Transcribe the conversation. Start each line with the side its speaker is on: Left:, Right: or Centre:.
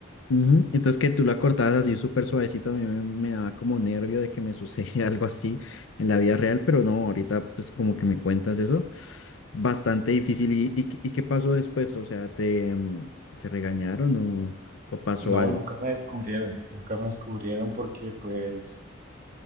Left: Ujú, Entonces que tú la cortabas así súper suavecito, a mí me, me daba como nervio de que me sucediera <laughs> algo así en la vida real, pero no, ahorita pues como que me cuentas eso, bastante difícil. ¿Y, y, qué y qué pasó después? O sea, ¿te, mm, te regañaron o, o pasó
Right: No,
Left: algo?
Right: nunca me descubrieron, nunca me descubrieron porque pues